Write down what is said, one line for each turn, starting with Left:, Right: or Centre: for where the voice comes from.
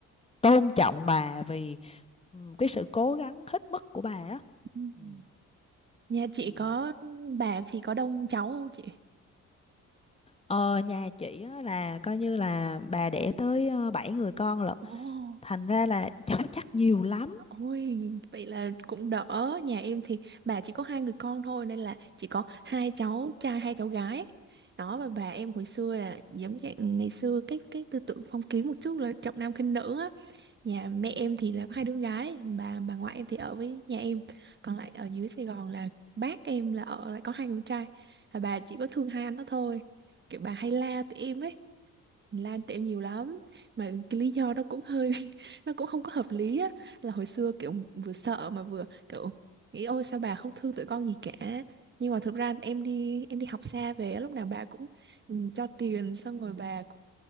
Left: tôn trọng bà vì ừ, cái sự cố gắng hết mức của bà á
Right: Ừm.
Left: Ừ.
Right: nhà chị
Left: Ừ.
Right: có bà thì có đông cháu không chị
Left: Ờ, nhà chị á, là coi như là bà đẻ tới ờ, bảy người con lận
Right: ồ
Left: thành ra là <laughs> cháu chắc nhiều lắm
Right: Ôi, vậy là cũng đỡ. Nhà em thì bà chỉ có hai người con thôi nên là chỉ có hai cháu trai hai cháu gái. Đó và bà em hồi xưa là giống dạng ngày xưa cái cái tư tưởng phong kiến một chút là trọng nam khinh nữ á. Nhà mẹ em thì là có hai đứa gái, bà bà ngoại em thì ở với nhà em. Còn lại ở dưới Sài Gòn là bác em là ở lại có hai người con trai. Và bà chỉ có thương hai anh đó thôi. Kiểu bà hay la tụi em ấy. Lan tẹo nhiều lắm mà cái lý do đó cũng hơi <laughs> nó cũng không có hợp lý á là hồi xưa kiểu vừa sợ mà vừa kiểu nghĩ ôi sao bà không thương tụi con gì cả nhưng mà thực ra em đi em đi học xa về á, lúc nào bà cũng ừ, cho tiền xong rồi bà cũng